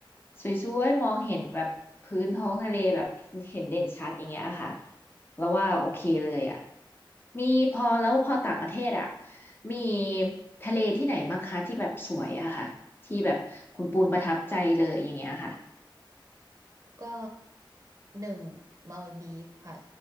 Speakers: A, on the left (about 25°); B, on the right (about 35°).
A: สวยๆมองเห็นแบบพื้นท้องทะเลแบบเห็นเด่นชัดอย่างเงี้ยค่ะแล้วว่าโอเคเลยอะมีพอแล้วพอต่างประเทศอะมีทะเลที่ไหนบ้างคะที่แบบสวยอะค่ะที่แบบคุณปูนประทับใจเลยอย่างเงี้ยค่ะ
B: ก็หนึ่งมาลดีฟค่ะ